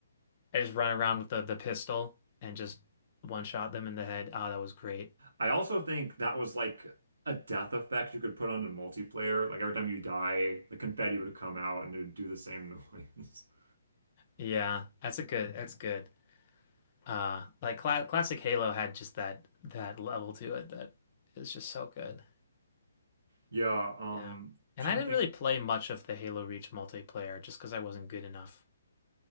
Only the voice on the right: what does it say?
I also think that was like a death effect you could put on a multiplayer. Like every time you die, the confetti would come out and it would do the same noise. <laughs>
Yeah, um,
trying
to think.